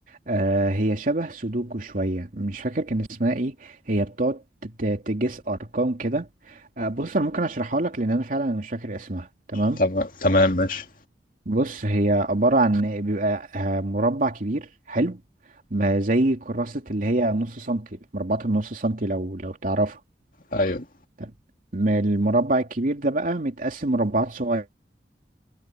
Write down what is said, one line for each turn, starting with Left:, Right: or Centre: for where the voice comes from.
Right: آه هي شبه سودوكو شوية مش فاكر كان اسمها ايه هي بتقعد تت- تجس ارقام كده آه بص انا ممكن اشرحها لك لان انا فعلا مش فاكر اسمها تمام
Left: تمام تمام ماشي
Right: بص هي عبارة عن بيبقى آه، مربع كبير حلو ما زي كراسة اللي هي نص سنتي مربعات النص سنتي لو لو تعرفها
Left: أيوه
Right: تمام. المربع الكبير ده بقى متقسم مربعات صغيرة